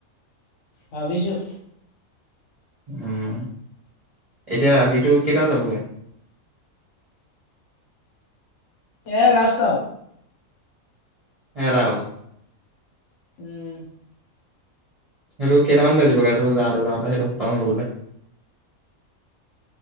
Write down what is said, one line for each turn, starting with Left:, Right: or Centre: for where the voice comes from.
Left: ভাবিছোঁ।
Right: উম, এতিয়া ৰাতিটো কেইটা যাবগে?
Left: এয়াই লাষ্ট আও।
Right: <unintelligible>
Left: উম।
Right: সেইটো কেইামানাজিবগৈ তোৰ যাওঁতে যাওঁতে সেটো খটম হ'বলে?